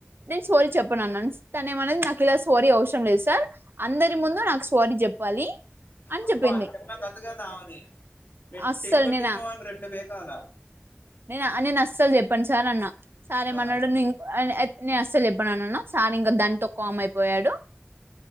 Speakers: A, on the right; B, on the left.
A: నేను సోరీ చెప్పను అన్నా తనే ఏమన్నా నాకు ఇలా సోరీ అవసరం లేదు సార్ అందరి ముందు నాకు స్వారీ చెప్పాలి అని
B: అబ్బా
A: చెప్పింది
B: చిన్న కతుగదా అవది
A: అస్సలు
B: టింగు
A: నేనా
B: టింగు అని రెండు పీకాల
A: నేను నేను అస్సల్ చెప్పన్ సార్ అన్న సారే
B: ఆ
A: మన్నడు ని నేను అస్సలు చెప్పన్నన్నాను సార్ ఇంకా దానితో కామ్ అయిపోయాడు